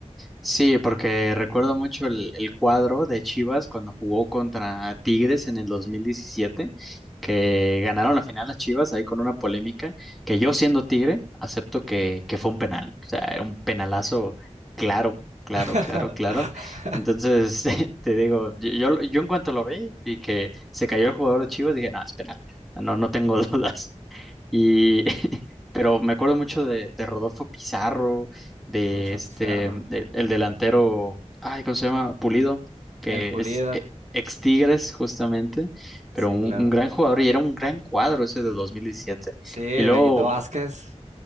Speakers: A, in the centre; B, on the right.
A: Sí, porque recuerdo mucho el, el cuadro de Chivas cuando jugó contra Tigres en el 2017, que ganaron la final las Chivas ahí con una polémica, que yo siendo Tigre acepto que, que fue un penal, o sea, era un penalazo claro, claro,
B: <laughs>
A: claro, claro. Entonces, <laughs> te digo, yo, yo yo en cuanto lo vi y que se cayó el jugador de Chivas, dije, no, es penal, no, no tengo <laughs> dudas. Y Pero me acuerdo mucho de, de Rodolfo Pizarro, de
B: Rodolfo
A: este,
B: Pizarro,
A: de- el delantero, ay, ¿cómo se llama? Pulido, que
B: el Pulido,
A: es eh,
B: que-
A: ex Tigres justamente,
B: sí,
A: pero un,
B: claro.
A: un gran jugador y era un gran cuadro ese de 2017.
B: Sí, el
A: Y luego,
B: Gallito Vázquez.